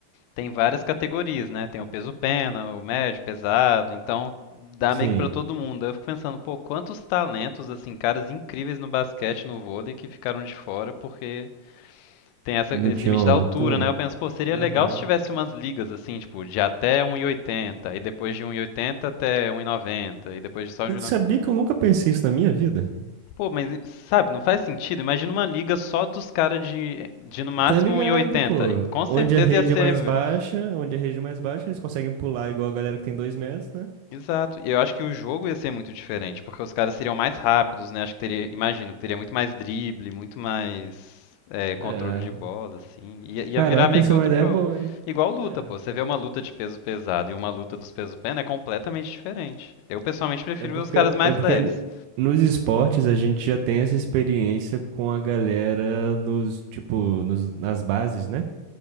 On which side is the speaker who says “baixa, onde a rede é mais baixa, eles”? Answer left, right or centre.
Right